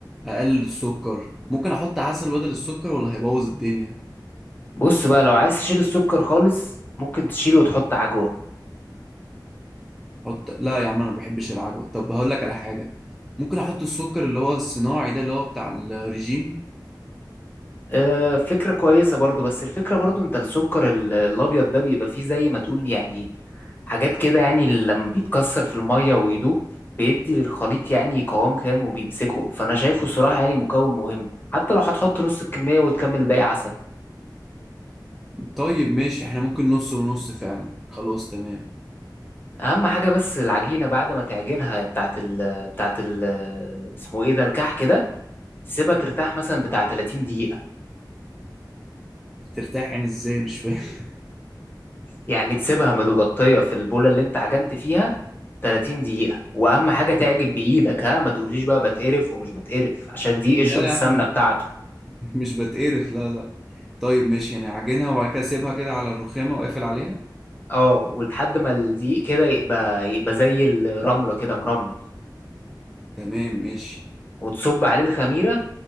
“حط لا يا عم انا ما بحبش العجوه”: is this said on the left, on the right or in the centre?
Centre